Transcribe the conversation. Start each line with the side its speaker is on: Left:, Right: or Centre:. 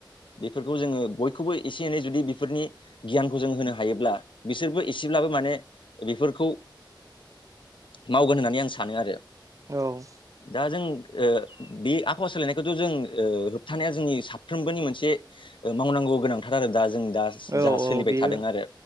Left: बेफोरखौ जोङो बय खौबो एसे एनै जुदि बेफोरनि गियानखौ जों होनो हायोब्ला बिसोरबो एसेब्लाबो माने बेफोरखौ मावगोन होननानै आं सानो आरो
Right: औ
Left: दा जों बे आबहावा सोलायनायखौथ' जों होबथानाया जोंनि साफ्रोमबोनि मोनसे मावनांगौ गोनांथार थार आरो दा जों दा
Right: औ
Left: जों सोलिबाय
Right: औ बेयो
Left: थादों आरो